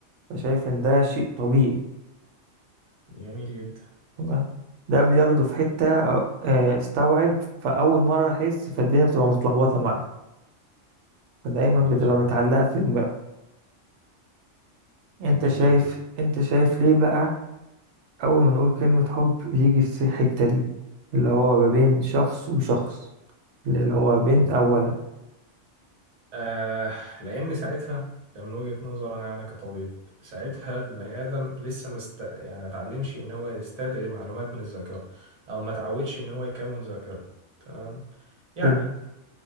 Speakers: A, on the right; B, on the right.
A: فشايف ان ده شيء طبيعي
B: جميل جدا
A: تمام ده بياخده في حتة آه، استوعب فاول مرة احس فالدنيا بتبقى متلخبطة معاه فدايما
B: عظيم
A: بتبقى متعلقة في دماغه انت
B: جميل
A: شايف
B: جدا
A: انت شايف ليه بقى أول ما نقول كلمة حب يجي الس- الحتة دي اللي هو ما بين شخص وشخص اللي هو بنت
B: اه
A: أو ولد
B: آه، لان ساعتها ده من وجهة نظري انا يعني كطبيب ساعتها البني ادم لسه مست... يعني ما اتعلمش ان هو يستدعي معلومات من الذاكره او ما اتعودش ان هو يكون ذاكره تمام يعني
A: حلو